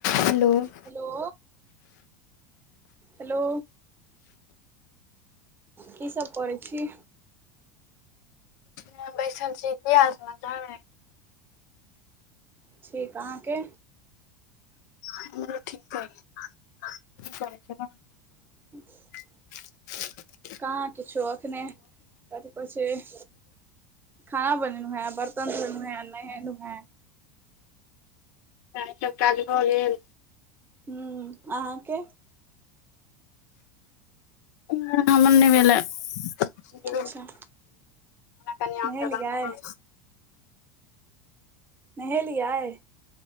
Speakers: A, on the left; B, on the right.
A: Hello.
B: Hello, hello. की सब करै छी?
A: हम बैसल छी, की हाल-समाचार अय।
B: ठीक अहाँके।
A: हमरो ठीक अय की करै छेलौं।
B: <unintelligible>
A: <unintelligible>
B: कहाँ किछो एखने कथी कहै छैय। खाना बनेलू हैं बर्तन धोलू हैं नहेलू हैं।
A: इएह सब काज भऽ गेल।
B: हूं अहाँके।
A: हं हमर नहि भेलै। <unintelligible>
B: अच्छा
A: कनियां
B: नहेलियै
A: सऽ बात <unintelligible>
B: नहेलिये।